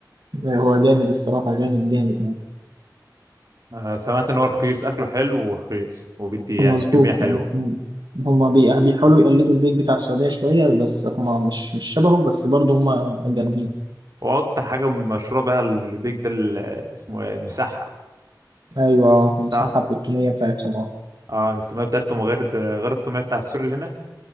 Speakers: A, on the right; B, on the right.
A: هو جامد الصراحة جامد جامد يعني
B: أنا سمعت ان هو رخيص اكله حلو ورخيص وبيدي يعني
A: مظبوط
B: كميه حلوه
A: آه. هما بي- بيحاولوا يقلدوا البيك بتاع السعودية شوية بس هما مش مش شبهه بس برضه هما جامدين
B: واكتر حاجه مشهوره بقى البيك ده ال- اسمه ايه المسحب
A: أيوة المساحة
B: صح
A: التونية بتاعتهم اه
B: اه التوميه بتاعتهم غير غير التوميه بتاع السوري اللي هنا